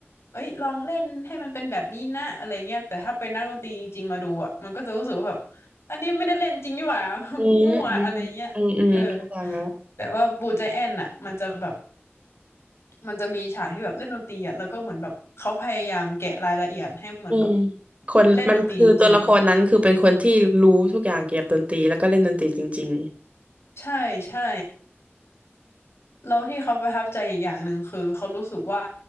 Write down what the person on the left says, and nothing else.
เอ้ยลองเล่นให้มันเป็นแบบนี้นะอะไรเงี้ยแต่ถ้าเป็นนักดนตรีจริงๆมาดูอ่ะมันก็จะรู้สึกว่าแบบ อันนี้ไม่ได้เล่นจริงนี่หว่า <laughs>
มั่วอะไรเงี้ยเออแต่ว่าบูใจแอนน่ะมันจะแบบมันจะมีฉากที่แบบเล่นดนตรีอ่ะแล้วก็เหมือนแบบเขาพยายามแกะรายละเอียดให้เหมือนแบบ
เล่นดนตรีจริงๆใช่ใช่แล้วที่เขาประทับใจอีกอย่างหนึ่งคือเขารู้สึกว่า